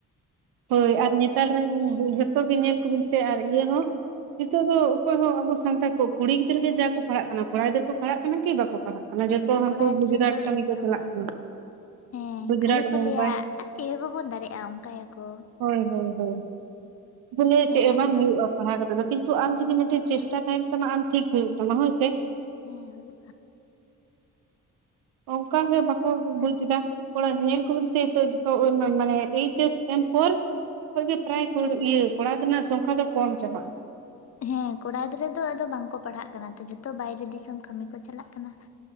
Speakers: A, on the right (about 80°); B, on the left (about 45°).
A: ᱦᱳᱭ, ᱟᱨ ᱱᱮᱛᱟᱨ ᱨᱮᱱ ᱡᱚᱛᱚ ᱜᱮ ᱧᱮᱞ ᱠᱚᱵᱤᱱ ᱥᱮ ᱟᱨ ᱤᱭᱟᱹ ᱦᱚᱸ ᱱᱤᱛᱚᱜ ᱫᱚ ᱚᱠᱚᱭ ᱦᱚᱸ ᱟᱵᱚ ᱥᱟᱱᱛᱟᱲ ᱠᱚ ᱠᱩᱲᱤ ᱜᱤᱫᱽᱟᱹᱨ ᱜᱮ ᱡᱟ ᱠᱚ ᱯᱟᱲᱦᱟᱜ ᱠᱟᱱᱟ, ᱠᱚᱲᱟ ᱜᱤᱫᱽᱟᱹᱨ ᱠᱚ ᱯᱟᱲᱦᱟᱜ ᱠᱟᱱᱟ ᱠᱤ ᱵᱟᱠᱚ ᱯᱟᱲᱦᱟᱜ ᱠᱟᱱᱟ ᱾ ᱡᱚᱛᱚ ᱦᱟᱹᱱᱠᱩ
B: ᱠᱚᱲᱟ
A: ᱜᱩᱡᱽᱨᱟᱴ
B: ᱜᱤᱫᱽᱨᱟᱹ ᱫᱚ
A: ᱠᱟᱹᱢᱤ
B: ᱮᱠᱫᱚᱢ
A: ᱠᱚ ᱪᱟᱞᱟᱜ
B: ᱵᱟᱝ
A: ᱠᱟᱱᱟ,
B: ᱦᱮᱸ
A: ᱜᱩᱡᱽᱨᱟᱴ
B: ᱠᱷᱟᱹᱞᱤ ᱠᱚ
A: ᱵᱳᱢᱵᱟᱭ
B: ᱞᱟᱹᱭᱟ
A: ᱾
B: ᱟᱨ ᱪᱮᱫ ᱦᱚᱸ ᱵᱟᱵᱚᱱ ᱫᱟᱲᱮᱜᱼᱟ ᱾ ᱚᱱᱠᱟᱭᱟᱠ ᱾
A: ᱦᱳᱭ ᱦᱳᱭ ᱦᱳᱭ ᱾ ᱵᱚᱞᱮ
B: ᱦᱮᱸ
A: ᱪᱮᱫ ᱦᱚᱸ ᱵᱟᱝ
B: ᱟᱫᱚ
A: ᱦᱩᱭᱩᱜᱼᱟ? ᱯᱟᱲᱟᱣ ᱠᱟᱛᱮ ᱫᱚ ᱠᱤᱱᱛᱩ ᱟᱢ ᱡᱩᱫᱤ ᱢᱤᱫᱴᱮᱡ ᱪᱮᱥᱴᱟ ᱛᱟᱦᱮᱱ ᱛᱟᱢᱟ, ᱟᱢ ᱴᱷᱤᱠ ᱦᱩᱭᱩᱜ ᱛᱟᱢᱟ ᱦᱳᱭᱥ ᱥᱮ ᱾
B: ᱦᱮᱸ,
A: ᱚᱱᱠᱟ ᱜᱮ ᱵᱟᱠᱚ ᱵᱩᱡ ᱮᱫᱟ ᱾ ᱛᱷᱳᱲᱟ ᱧᱮᱞ ᱠᱚᱵᱤᱱ ᱥᱮᱟᱱ ᱮᱭᱤᱪᱮᱥ ᱯᱳᱨ ᱡ <unintelligible> ᱜᱮ ᱯᱨᱟᱭᱲ ᱤᱭᱟᱹ ᱠᱚᱲᱟ ᱨᱮᱱᱟᱜ ᱥᱚᱝᱠᱷᱟ ᱫᱚ ᱠᱚᱢ ᱪᱟᱵᱟᱜᱼᱟ
B: ᱦᱮᱸ ᱠᱚᱲᱟ ᱜᱤᱫᱽᱨᱟᱹ ᱫᱚ ᱟᱫᱚ ᱵᱟᱝᱠᱚ ᱯᱟᱲᱦᱟᱜ ᱠᱟᱱᱟ ᱛᱚ, ᱡᱚᱛᱚ ᱵᱟᱭᱨᱮ ᱫᱤᱥᱚᱢ ᱠᱟᱹᱢᱤ ᱠᱚ ᱪᱟᱞᱟᱜ ᱠᱟᱱᱟ ᱾